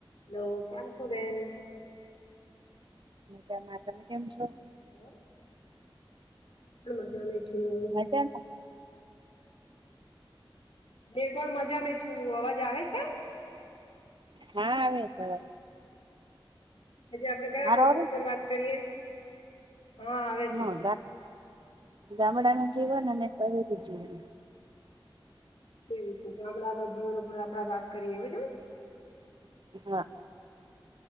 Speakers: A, on the left; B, on the right.
A: Hello કેમ છો બેન
B: ત તમે કેમ છો
A: હું પણ મજાને છું.
B: પણ
A: બે પણ મજા મે છું અવાજ આવે છે.
B: હા આવે હવે
A: હજ આપડે કયા
B: મારો
A: ટોપિક
B: આવે
A: ઉપર
B: છે?
A: વાત કરીએ હા આવે
B: હા
A: છે
B: ગામડામાં જીવન અને પહેરી જીવન.
A: તેવું છે ગામડા ન જીવન ઉપર આપડે વાત કરીએ એવી છેને
B: હા